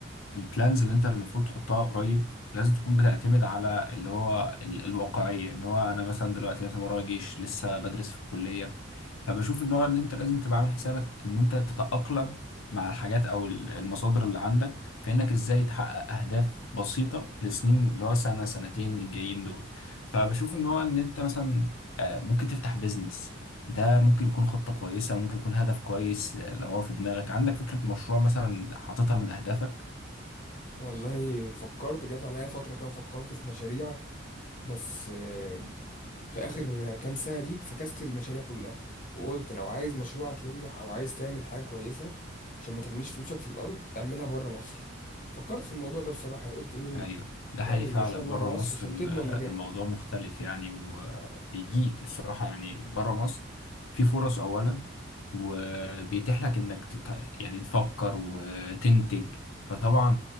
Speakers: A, on the left (about 80°); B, on the left (about 40°).
A: البلانز اللي انت المفروض تحطها قريب لازم تكون بتعتمد على اللي هو ال- الواقعية ان هو انا مثلا دلوقتي مثلا ورايا جيش لسه بدرس في الكلية فبشوف ان هو اللي انت لازم تبقى عامل حسابك ان انت تتأقلم مع الحاجات او ال- المصادر اللي عندك فانك ازاي تحقق اهداف بسيطة لسنين اللي هو سنة سنتين الجايين دول فبشوف ان هو ان انت مثلا آه، ممكن تفتح بيزنس ده ممكن يكون خطة كويسة ممكن يكون هدف كويس آه، لو هو في دماغك عندك فكرة مشروع مثلا حاططها من اهدافك
B: والله فكرت جات عليا فتره كده وفكرت في مشاريع بس آه، في اخر كام سنه دي فكست المشاريع كلها وقلت لو عايز مشروعك ينجح او عايز تعمل حاجه كويسه عشان ما ترميش فلوسك في الارض اعملها بره مصر فكرت في الموضوع ده بصراحه يعني قلت ايه
A: ايوه ده
B: تعمل
A: حقيقي فعلا
B: المشروع بره
A: بره
B: مصر
A: مصر
B: عشان
A: ال-
B: تضمن نجاحه
A: الموضوع مختلف يعني وبيجيب الصراحه يعني بره مصر في فرص اولا وبيتيح لك انك تت... يعني تفكر وتنتج فطبعا